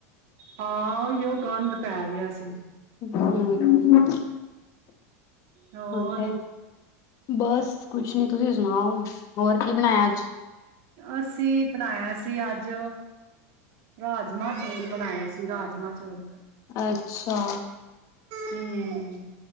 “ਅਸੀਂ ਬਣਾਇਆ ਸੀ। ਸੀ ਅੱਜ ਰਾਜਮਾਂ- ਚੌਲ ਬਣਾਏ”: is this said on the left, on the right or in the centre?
Right